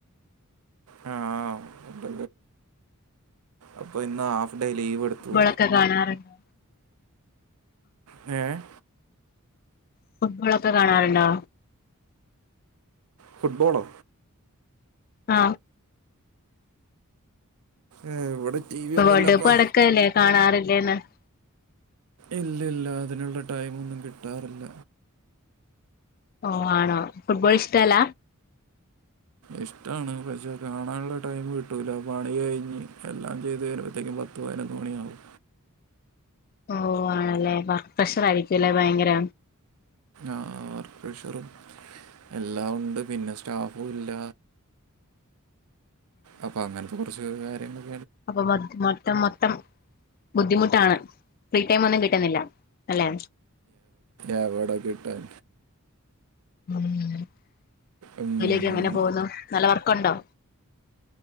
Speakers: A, on the right; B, on the left.
A: ആ ആ അപ്പൊ ഇന്ന് ആഫ് ഡേ ലീവ് എടുത്തു
B: ഫുട്ബോളൊക്കെ കാണാറുണ്ടോ
A: എ
B: ഫുഡ് ബോൾ ഒക്കെ കാണാറുണ്ടോ
A: ഫുട് ബോളോ
B: ആ
A: എ ഇവിടെ ടി വി ഒന്നുമില്ലപ്പാ
B: വേൾഡ് കപ്പ് നടക്കല്ലേ കാണാറുണ്ടോ <unintelligible>
A: ഇല്ലില്ല അതിനുള്ള ടൈം ഒന്നും കിട്ടാറില്ല
B: ഓ ആണോ ഫുട്‌ബോൾ ഇഷ്ട്ടല്ല
A: ഇഷ്ട്ടാണ് പക്ഷെ കാണാനുള്ള ടൈം കിട്ടൂല പണി കയിഞ്ഞു എല്ലാം ചയ്തു കയിഞ്ഞു വരുമ്പോൾത്ത് ക്ക്‌, പത്തു പതിനൊന്നു മണി ആവും
B: ഓ ആണല്ലേ പ്രഷർ ആയിരിക്കും ഭയങ്കര
A: ആ വർക്ക്‌ പ്രഷറുംഎല്ലാം ഉണ്ട് പിന്നെ സ്റ്റാഫും ഇല്ല അപ്പൊ അങ്ങനെത്തെ കുറച്ച് <unintelligible>
B: അപ്പ മൊത്തം മൊത്തം ബുദ്ധിമുട്ടാണ് ഫ്രി ടൈമൊന്നും കിട്ടുന്നില്ല അല്ലെ
A: എവിടെ കിട്ടാൻ
B: <unintelligible>
A: ഉം,
B: ജോലി ഒക്കെ എങ്ങിനെ പോകുന്നു നല്ലവർക്കുണ്ടോ